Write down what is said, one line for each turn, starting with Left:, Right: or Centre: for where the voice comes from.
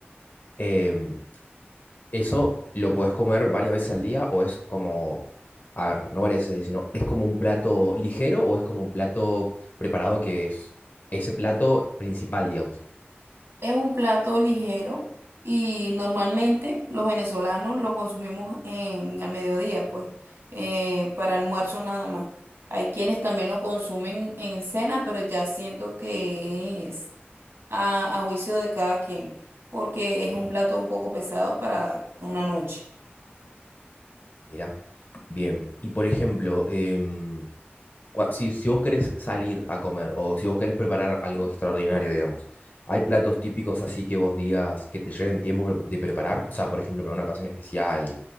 Left: Em, Eso lo podés comer varias veces al día o es como, a ver, no varias veces al día, sino es como un plato ligero o es como un plato preparado que es ese plato principal, digamos.
Right: Es un plato ligero y normalmente los venezolanos lo consumimos en al mediodía, pues, eh, para almuerzo nada más. Hay quienes también lo consumen en cena, pero ya siento que es a, a juicio de cada quien, porque es un
Left: Ah,
Right: plato un poco pesado para una noche.
Left: Mira, bien. Y por ejemplo, em, cua- si, si vos querés salir a comer o si vos querés preparar algo extraordinario, digamos, ¿hay platos típicos así que vos digas que te lleven tiempo pre- de preparar? O sea, por ejemplo, para una ocasión especial,